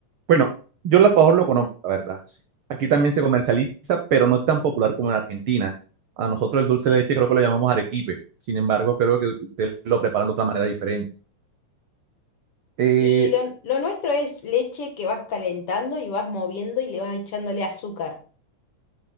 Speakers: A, on the right (about 75°); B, on the left (about 55°).
A: Bueno, yo el alfajor lo conozco, la verdad. sí. Aquí también se comercializa, pero no es tan popular como en Argentina. A nosotros el dulce de leche creo que lo llamamos arequipe. Sin embargo, creo que ustedes lo preparan de otra manera diferente. Eh,
B: Y lo, lo nuestro es leche que vas calentando y vas moviendo y le vas echándole azúcar.